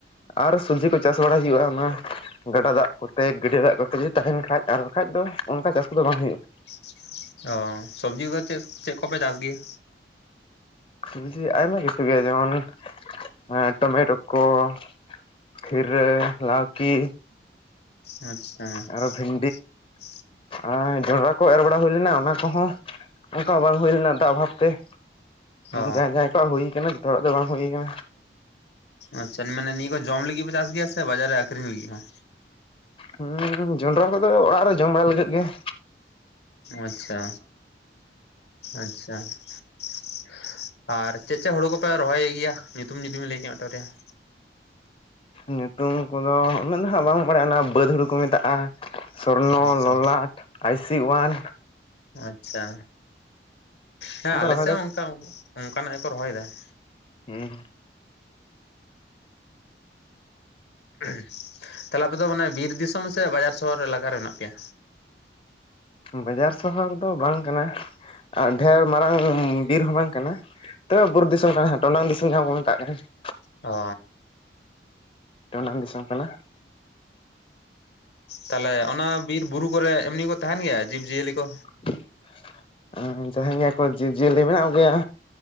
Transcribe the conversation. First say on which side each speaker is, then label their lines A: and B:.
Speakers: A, on the left (about 30°); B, on the left (about 75°).
A: ᱟᱨ ᱥᱚᱵᱽᱡᱤ ᱠᱚ ᱪᱟᱥ ᱵᱟᱲᱟᱭ ᱦᱩᱭᱩᱜᱼᱟ ᱚᱱᱟ ᱾ ᱜᱟᱰᱟ ᱫᱟᱜ ᱠᱚᱛᱮ ᱜᱟᱹᱰᱭᱟᱹ ᱫᱟᱜ ᱠᱚᱛᱮ ᱡᱩᱫᱤ ᱛᱟᱦᱮᱱ ᱠᱷᱟᱡ ᱟᱨ ᱵᱟᱠᱷᱟᱱ ᱫᱚ ᱚᱱᱠᱟ ᱪᱟᱥ ᱠᱚᱫᱚ ᱵᱟᱝ ᱦᱩᱭᱩᱜᱼᱟ ᱾
B: <inaudible> ᱚ ᱥᱚᱵᱽᱡᱤ ᱫᱚ ᱪᱮᱫ ᱪᱮᱫ ᱠᱚᱯᱮ ᱪᱟᱥ ᱜᱮᱭᱟ?
A: ᱥᱚᱵᱽᱡᱤ ᱟᱭᱢᱟ ᱠᱤᱪᱷᱩ ᱜᱮ ᱡᱮᱢᱚᱱ ᱮᱸ ᱴᱚᱢᱮᱴᱳ ᱠᱚ ᱾ ᱠᱷᱤᱨᱟᱹ ᱞᱟᱣᱠᱤ
B: ᱟᱪ,
A: ᱟᱨᱚ ᱵᱷᱤᱱ
B: <inaudible>
A: ᱟᱨ ᱡᱚᱱᱰᱨᱟ ᱠᱚ ᱮᱨ ᱵᱟᱲᱟ ᱦᱩᱭ ᱞᱮᱱᱟ ᱚᱱᱟ ᱠᱚᱦᱚᱸ ᱚᱱᱠᱟ ᱵᱟᱝ ᱦᱩᱭ ᱞᱮᱱᱟ ᱫᱟᱜ ᱚᱵᱷᱟᱵ ᱛᱮ ᱾
B: ᱚ
A: ᱡᱟᱦᱟᱸᱭ ᱡᱟᱦᱟᱸᱭ ᱠᱚᱣᱟᱜ ᱦᱩᱭ ᱠᱟᱱᱟ ᱡᱷᱚᱛᱚ ᱦᱚᱲᱟᱜ ᱫᱚ ᱵᱟᱝ ᱦᱩᱭ ᱠᱟᱱᱟ ᱾
B: ᱟᱪᱪᱷᱟ ᱢᱟᱱᱮ ᱱᱤᱭᱟᱹ ᱠᱚ ᱡᱚᱢ ᱞᱟᱹᱜᱤᱫ ᱯᱮ ᱪᱟᱥ ᱜᱮᱭᱟ ᱥᱮ ᱵᱟᱡᱟᱨ ᱨᱮ ᱟᱹᱠᱷᱨᱤᱧ ᱞᱟᱹᱜᱤᱫ ᱦᱚᱸ?
A: ᱦᱩᱸ ᱡᱚᱱᱰᱨᱟ ᱠᱚᱫᱚ ᱚᱲᱟᱜ ᱨᱮ ᱡᱚᱢ ᱵᱟᱲᱟ ᱞᱟᱹᱜᱤᱫ ᱜᱮ ᱾
B: ᱟᱪᱪᱷᱟ, ᱟᱪᱪᱷᱟ ᱾ ᱟᱨ ᱪᱮᱜ ᱪᱮᱜ ᱦᱳᱲᱳ ᱠᱚᱯᱮ ᱨᱚᱦᱚᱭ ᱜᱮᱭᱟ ᱧᱩᱛᱩᱢ ᱡᱩᱫᱤ ᱵᱮᱱ ᱞᱟᱹᱭ ᱠᱮᱭᱟ <inaudible>
A: ᱧᱩᱛᱩᱢ ᱠᱚᱫᱚ ᱩᱱᱟᱹᱜ ᱫᱚ ᱦᱟᱸᱜ ᱵᱟᱝ ᱵᱟᱲᱟᱭᱱᱟ ᱵᱟᱹᱫᱽ ᱦᱩᱲᱩ ᱠᱚ ᱢᱮᱛᱟᱜᱼᱟ ᱾ ᱥᱚᱨᱱᱚ
B: ᱟᱪᱪᱷᱟ
A: ᱞᱚᱞᱟᱴ ᱟᱭᱥᱤ ᱳᱣᱟᱱ ᱾
B: ᱟᱪᱪᱷᱟ ᱦᱮᱸ
A: ᱟᱫᱚ
B: ᱟᱞᱮᱥᱮᱫ
A: ᱨᱚᱦᱚᱭ ᱫᱚ
B: ᱦᱚᱸ <inaudible> ᱚᱱᱠᱟ ᱱᱟᱜ ᱜᱮ ᱠᱚ ᱨᱚᱦᱚᱭ ᱫᱟ ᱾
A: ᱦᱩᱸ
B: <inaudible> ᱛᱷᱟᱞᱮ ᱟᱯᱮ ᱫᱚ ᱢᱟᱱᱮ ᱵᱤᱨ ᱫᱤᱥᱚᱢ ᱥᱮ ᱵᱟᱡᱟᱨ ᱥᱚᱦᱚᱨ ᱮᱞᱟᱠᱟᱨᱮ ᱢᱮᱱᱟᱜ ᱯᱮᱭᱟ?
A: ᱵᱟᱡᱟᱨ ᱥᱚᱦᱚᱨ ᱫᱚ ᱵᱟᱝ ᱠᱟᱱᱟ ᱟᱨ ᱰᱷᱮᱨ ᱢᱟᱨᱟᱝ ᱵᱤᱨ ᱦᱚᱸ ᱵᱟᱝ ᱠᱟᱱᱟ ᱾ ᱛᱟᱹᱣ ᱵᱩᱨ ᱫᱤᱥᱚᱢ ᱠᱟᱱᱟ ᱦᱟᱸᱜ ᱴᱚᱰᱟᱝ ᱫᱤᱥᱚᱢ ᱡᱟᱦᱟᱸ ᱵᱚᱱ ᱢᱮᱛᱟᱜ ᱠᱟᱱᱟ ᱾
B: ᱚᱻ
A: ᱴᱚᱰᱟᱝ ᱫᱤᱥᱚᱢ ᱠᱟᱱᱟ ᱾
B: ᱛᱟᱦᱞᱮ ᱚᱱᱟ ᱵᱤᱨ ᱵᱩᱨᱩ ᱠᱚ ᱨᱮ ᱮᱢᱱᱤ ᱠᱚ ᱛᱟᱦᱮᱱ ᱜᱮᱭᱟ ᱡᱤᱵ ᱡᱤᱭᱟᱹᱞᱤ ᱠᱚ?
A: <inaudible> ᱛᱟᱦᱮᱱ ᱜᱮᱭᱟ ᱠᱚ ᱡᱤᱵᱽᱼᱡᱤᱭᱟᱹᱞᱤ ᱢᱮᱱᱟᱜ ᱠᱚ ᱜᱮᱭᱟ